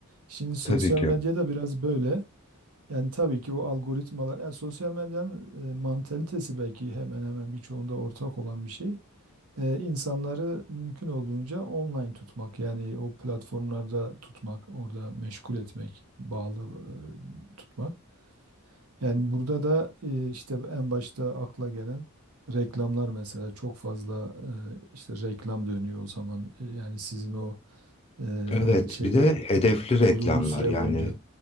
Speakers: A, on the right; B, on the left.
A: Şimdi sosyal
B: Tabii ki.
A: medyada biraz böyle. Yani tabii ki o algoritmalar, yani sosyal medyanın e, mantalitesi belki hemen hemen birçoğunda ortak olan bir şey e, insanları mümkün olduğunca online tutmak yani o platformlarda tutmak, orada meşgul etmek, bağlı e, tutmak. Yani burada da e, işte en başta akla gelen reklamlar mesela çok fazla e, işte reklam dönüyor o zaman. E, Yani sizin o e,
B: Evet,
A: şeyde
B: bir de hedefli
A: tutulduğunuz
B: reklamlar
A: süre
B: yani
A: boyunca.